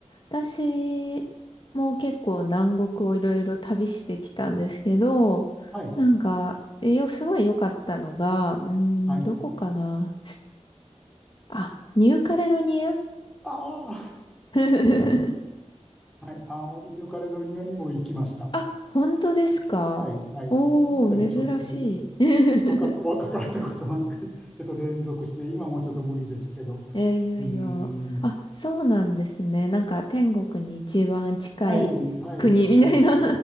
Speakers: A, on the left; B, in the centre.
A: 私も結構南国をいろいろ旅してきたんですけど、
B: はい。
A: なんか、えよ、すごい良かったのが、うーん、
B: はい。
A: どこかな。あ、ニューカレドニア
B: ああ、
A: <laughs>
B: はい。あの、ニューカレドニアにも行きました。
A: あ、本当ですかおー、
B: はい。はい。そのあたりちょっと
A: 珍しい。<laughs>
B: 若、若かったこともあってね、ちょっと連続して、今もちょっと無理ですけど。
A: えーいやいや。
B: うん。
A: あ、そうなんですね。なんか天国に一番近い国みたいな
B: はい、はい、はい。い